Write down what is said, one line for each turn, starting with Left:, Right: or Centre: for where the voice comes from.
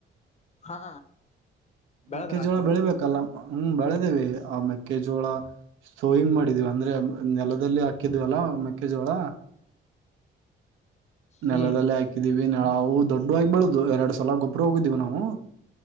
Left: ಹಾ ಬೆಳದ್ರ
Right: ಮಕ್ಕೆ ಜೋಳ
Left: ನೀವು
Right: ಬೆಳಿಬೇಕಲ್ಲ ಹ್ಮ್ ಬೆಳೆದೇವಿ ಆ ಮೆಕ್ಕೆಜೋಳ ಸೋಯಿಂಗ ಮಾಡಿದೀವಿ ಅಂದ್ರೆ ನೆಲದಲ್ಲಿ ಹಾಕಿದ್ವಲ್ಲಾ ಮೆಕ್ಕೆಜೋಳ ನೆಲಲ್ಲೇ
Left: ಹ್ಮ್
Right: ಹಾಕಿದೀವಿ ನಾ ಅವು ದೊಡ್ಡ ಆಗಬಳುದುದು ಎರಡು ಸಲ ಗೊಬ್ಬರು ಹೋಗಿದ್ದೀವಿ ನಾವು